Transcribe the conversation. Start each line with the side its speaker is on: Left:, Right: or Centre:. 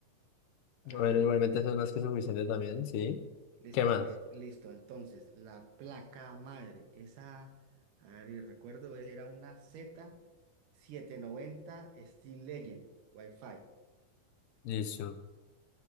Right: Ajá,
Left: Bueno, igualmente eso es más que suficiente también, ¿sí?
Right: listo,
Left: ¿Qué más?
Right: eh, listo. Entonces, la placa madre, esa, a ver, y recuerdo, era una z setecientos noventa Steel Legend Wi-Fi.
Left: Listo.